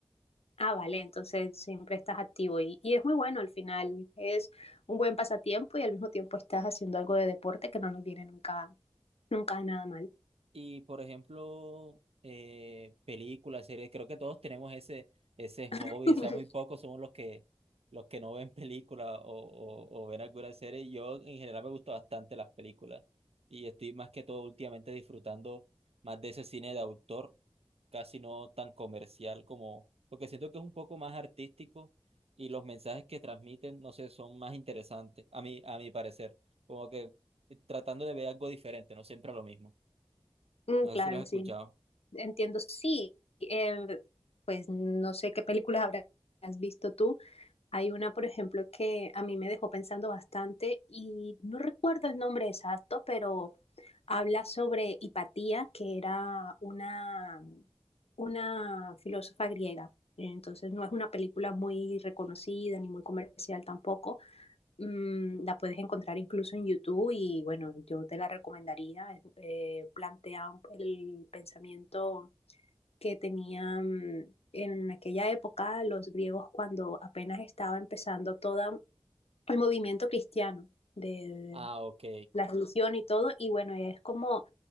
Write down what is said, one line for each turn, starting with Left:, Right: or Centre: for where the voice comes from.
Left: Ah, vale, entonces siempre estás activo y, y es muy bueno al final, es un buen pasatiempo y al mismo tiempo estás haciendo algo de deporte que no nos viene nunca, nunca nada mal.
Right: Y por ejemplo, eh, películas, series, creo que todos tenemos ese, ese
Left: <laughs>
Right: hobby, o sea, muy pocos somos los que, los que no ven películas o, o, o ven alguna serie. Yo en general me gustan bastante las películas y estoy más que todo últimamente disfrutando más de ese cine de autor, casi no tan comercial como, porque siento que es un poco más artístico y los mensajes que transmiten, no sé, son más interesantes, a mí, a mi parecer, como que eh, tratando de ver algo diferente, no siempre lo mismo.
Left: Mm,
Right: No
Left: Claro,
Right: sé si lo has escuchado.
Left: sí, entiendo, sí, eh, pues no sé qué películas habrás visto tú. Hay una, por ejemplo, que a mí me dejó pensando bastante y no recuerdo el nombre exacto, pero habla sobre Hipatía, que era una, una filósofa griega. Entonces no es una película muy reconocida ni muy comercial tampoco. Mm, la puedes encontrar incluso en YouTube y bueno, yo te la recomendaría. Eh, plantea el pensamiento que tenían en aquella época los griegos cuando apenas estaba empezando todo el movimiento cristiano de
Right: Ah, ok.
Left: la religión y todo. Y bueno, es como